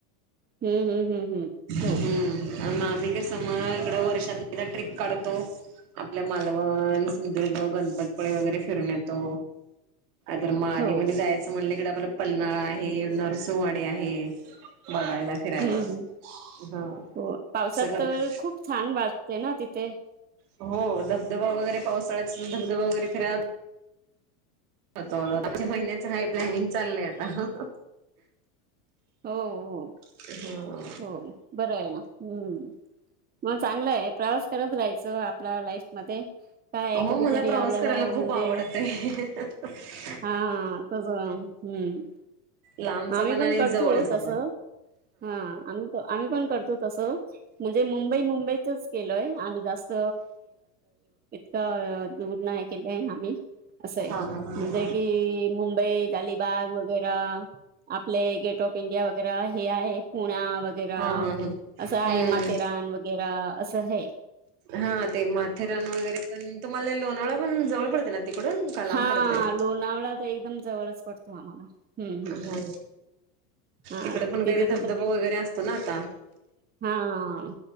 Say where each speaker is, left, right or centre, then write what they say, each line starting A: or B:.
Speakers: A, on the right; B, on the right.
A: हम्म हम्म हम्म हम्म हो.
B: हम्म आम्ही कस मग इकड वर्षात ट्र्रीप काढतो. आपल्या मालवण सिंधदुर्ग गणपतपुळी वगैरे फिरून येतो. तर म आदीमध्ये
A: हो
B: जायचं म्हणलं कि आपला पलनाळा आहे नरसंवाडी आहे. बघायला फिरायला
A: हम्म हम्म
B: हा
A: हो पावसात
B: सगळंच
A: तर खूप छान वाटते ना तिथे.
B: हो धबधबा वगैरे पावसाळ्यात धबधबा वगैरे फिरा हो <unintelligible> आच्या महिन्याच काय प्लॅनिंग चाललंय आता.
A: हो हो
B: ह
A: हो बरं आहे ना. हम्म मग चांगला आहे प्रवास तरच राहायचं आपल्या लाईफ मध्ये काय
B: हो
A: कधीतरी
B: मला प्रवास
A: आपल्याला
B: करायला खूप
A: म्हणजे
B: आवडते. <unintelligible>
A: हा तस हम्म.
B: लांबचा
A: आम्ही पण
B: आणि
A: करतो
B: जवळचा
A: तस
B: पण
A: हा आम्ही आम्ही पण करतो तसं. म्हणजे मुंबई मुंबईतच गेलोय आम्ही जास्त तर दूर नाही केलंय आम्ही असं आहे
B: हा हा हा
A: म्हणजे कि मुंबई अलिबाग वगैर आपले गेट ऑफ इंडिया वगैरे हे आहे पुण्या वगैरा
B: हा हा हा
A: असं आहे,
B: हम्म.
A: माथेरान वगैरा असं हय.
B: हा ते माथेरान वगैरे पण, तुम्हाला लोणावळा पण जवळ पडते ना तिकडून? का लांब
A: हा
B: पडतय?
A: लोणावळा तर एकदम जवळच पडतो आम्हाला. हम्म हम्म
B: हा
A: हा
B: इकड पण काही
A: तिथे
B: धबधबा वगैरे असतो ना आता.
A: हा हा